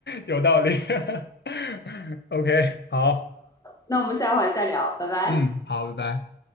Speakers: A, on the left; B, on the left.
A: 有道理。<laughs> OK，好，
B: 那我们下回再聊，拜拜。
A: 嗯，好，拜拜。